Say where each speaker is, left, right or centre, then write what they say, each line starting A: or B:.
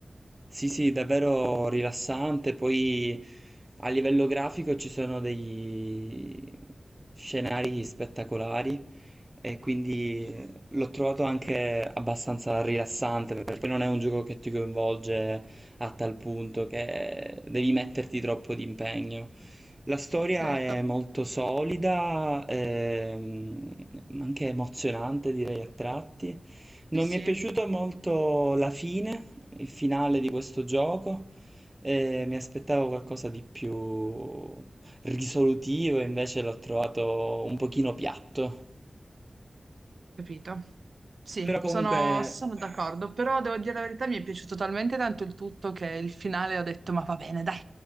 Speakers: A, on the right (about 20°); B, on the right (about 70°).
A: Sì, sì, davvero rilassante. Poi a livello grafico ci sono degli scenari spettacolari e quindi l'ho trovato anche abbastanza rilassante perché non è un gioco che ti coinvolge a tal punto che devi metterti troppo di impegno. La storia
B: Certo.
A: è molto solida, ehm, ma anche emozionante, direi a tratti. Non
B: Sì, sì,
A: mi è piaciuta molto la fine, il finale di questo gioco, e mi aspettavo qualcosa di più risolutivo, invece l'ho trovato un pochino piatto.
B: capito. Sì,
A: Però comunque
B: sono, sono d'accordo, però devo dire la verità, mi è piaciuto talmente tanto il tutto che il finale ho detto, ma va bene, dai.